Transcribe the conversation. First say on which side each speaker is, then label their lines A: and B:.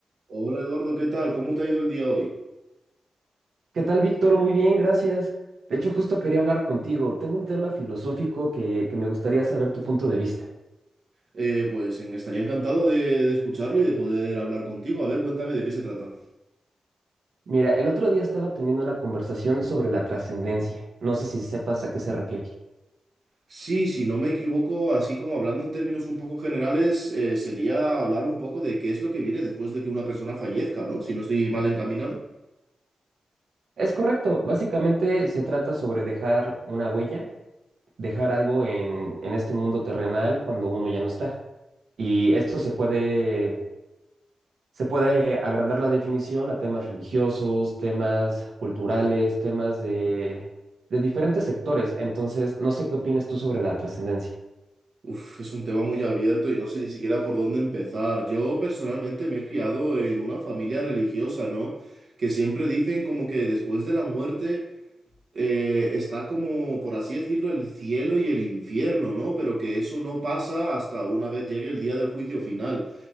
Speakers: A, on the right; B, on the right.
A: Hola Eduardo, ¿qué tal? ¿Cómo te ha ido el día hoy?
B: ¿Qué tal, Víctor? Muy bien, gracias. De hecho, justo quería hablar contigo. Tengo un tema filosófico que, que me gustaría saber tu punto de vista.
A: Eh, pues en- estaría encantado de, de escucharlo y de poder hablar contigo. A ver, cuéntame de qué se trata.
B: Mira, el otro día estaba teniendo una conversación sobre la trascendencia. No sé si sepas a qué se refiere.
A: Sí, si no me equivoco, así como hablando en términos un poco generales, eh, sería hablar un poco de qué es lo que viene después de que una persona fallezca, ¿no? Si no estoy mal encaminado.
B: Es correcto, básicamente se trata sobre dejar una huella, dejar algo en, en este mundo terrenal cuando uno ya no está. Y esto se puede Se puede agrandar la definición a temas religiosos, temas culturales, temas de, de diferentes sectores. Entonces, no sé qué opinas tú sobre la trascendencia.
A: Uf, es un tema muy abierto y no sé ni siquiera por dónde empezar. Yo personalmente me he criado en una familia religiosa, ¿no? Que siempre dicen como que después de la muerte... eh, está como, por así decirlo, el cielo y el infierno, ¿no? Pero que eso no pasa hasta una vez llegue el día del juicio final.